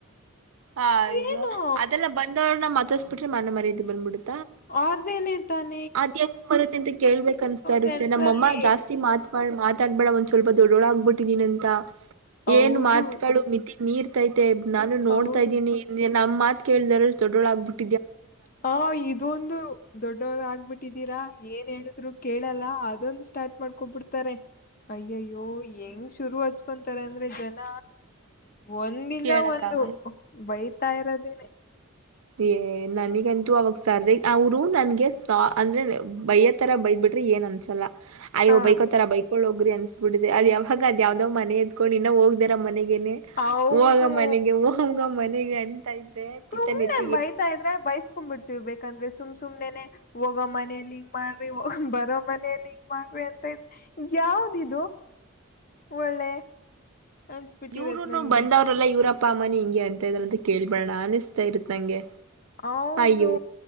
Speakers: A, on the right; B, on the left.
A: ಹ ಅಯ್ಯೋ
B: ಏನು
A: ಅದೆಲ್ಲ ಬಂದವ್ರನ ಮತಸ್ಬ ಬಿಟ್ರೆ ಮಾನ ಮರ್ಯಾದೆ ಬಂದು ಬಿಡುತ್ತಾ
B: ಅನ ಇರ್ತಾನೆ <unintelligible>
A: ಅದ್ಯಾಕ್ ಬರುತ್ತೆ ಅಂತ ಕೇಳ್ಬೇಕ ಅನ್ಸ ಇರುತ್ತೆ
B: ಸೆಂಟ್ರಲ್ಲಿ
A: ನಮ್ಮಮ್ಮ ಜಾಸ್ತಿ ಮಾತ ಮಾತಾಡ್ಬೇಡ ಒ ಸ್ವಲ್ಪ ದೊಡ್ಡೊಳಾಗಬಿಟ್ಟಿದೀನ ಅಂತ
B: ಹೌದು
A: ಏನ್ ಮಾತಗಳು ಮಿತಿ ಮೀರ್ತೈತೆ ನಾನು ನೋಡ್ತಾ
B: ಹೌದು
A: ಇದ್ದೀನಿ ನಮ್ಮ್ತ್ ಕೇಳಿದ್ರ ದೊಡ್ಡೊಳ ಆಗ್ಬಟ್
B: ಹ ಇದೊಂದು ದೊಡ್ಡವರು ಆಗ್ಬಿಟ್ ಬಿಟ್ಟಿದ್ದೀರಾ ಏನ್ ಹೇಳಿದ್ರು ಕೇಳಲ್ಲ ಅದೊನ್ ಸ್ಟಾರ್ಟ್ ಮಾಡ್ಕೊ ಬಿಡ್ತಾರೆ ಅಯ್ಯಯ್ಯೋ ಹೆಂಗ್ ಶುರು ಹಚ್ಕೊಂತಾರ ಅಂದ್ರೆ ಜನ ಒಂದಿಂದ
A: ಕೇಳಕ್
B: ಒಂದು
A: ಆಗಲ್ಲ.
B: ಬೈತಾ ಇರೋದೇನೆ
A: ಏ ನನಗಂತೂ ಅವಾಗ ಸರ್ದ ಅವರು ನನ್ಗೆ ಅಂದ್ರೆ ಬಯ್ಯ ತರ ಬೈ ಬಿಿಟ ರಿ ಏನ್ ಅನ್ಸಲ್ಲ ಅಯ್ಯೋ್
B: ಹ
A: ಬೈಕೋತಾರ ಬೈಕಳ್ ಹೋಗ್ರಿ ಅನ್ಸ್ಬ ಬಿಡಿದೆ ಅದ್ಾವಾಗ ಅದ್ ಯಾವ್ದಾವ್ ಮನೆ ಎದ್ಕೊಂಡ್ ಇನ್ನ ಹೋಗ್ದರ ಮನೆಗೆ
B: ಹೌದು
A: ಹಾಗ ಮನೆಗೆ ಹಮ್ ಮನೆಗೆ ಅಂತ ಇದ್ರೆ
B: ಸುಮ್ನೆ
A: ಪಿತ ನೆತ್ತ
B: ಬೈತಾ ಇದ್ರೆ ಬೈಸ್ಕೊಂಡ್ ಬಿಿಡ್ತೀವಿ ಬೇಕಂದ್ರೆ ಸುಮ್ ಸುಮ್ನೆ ಹೋಗೋ ಮನಲಿ ಹ ಮಾಡ್ರಿ ಬರೋ ಮನೆಯಲ್ಲಿ ಹಿಂಗ ಮಾಡ್ರಿ ಅಂತ ಇದ ಯಾವ್ದಿದು ಒಳ್ಳೆ ಅನ್ಸ್ಬಿಟ್ಟಿರತ್
A: ಇವರುನು
B: ನನ್ಗೆ
A: ಬಂದವ್ರಲ್ಲಾ ಇವ್ರಪ್ಪ ಅಮ್ಮನಿ ಹಿಂಗೆ ಅಂತ ಇದಾರಂತ ಕೇಳ್ಬೇಡಣ ಅನಿಸ್ತಾ ಇರುತ್ತ ನಂಗೆ
B: ಹೌದು
A: ಅಯ್ಯೋ